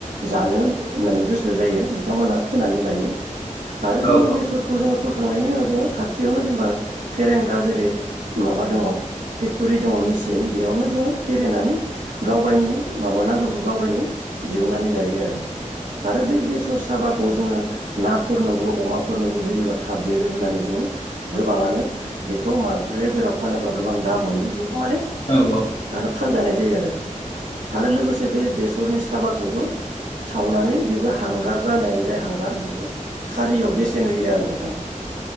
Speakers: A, on the right (about 90°); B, on the left (about 35°).
A: जानो होननानै गोसो जायो बिथांमोनहा फोनानै लायो । आरो जोङो
B: औ
A: बेसरखौ जोङो फोखांनायनि उनाव जोङो खाथियावनो जेनेबा फेरेंग्रा जेरै माबा दङ फेक्ट'रि दङ मिसिन बे बेयावनो जोङो फेरेनानै गाव गायनि माबा नांगौखौ गाव गायनो दिहुननानै जायो आरो रो आरो बे बेसर साबा खौ जोङो नाफोरनोबो अमाफोरनोबो होयोबा थाब देरो होननानै जोङो गोबाङानो बेखौ मालट्रि बेराव फानोब्ला गोबां दाम मोनो बेबो माने
B: औ औ
A: आरो फानजानाय जायो आरो आरो लोगोसे बे बेसर रनि साबाखौबो सावनानै बेबो हांगार जानाय जाय हांगार बेबो खारियाव बेसेन होयो आरो नोंथां।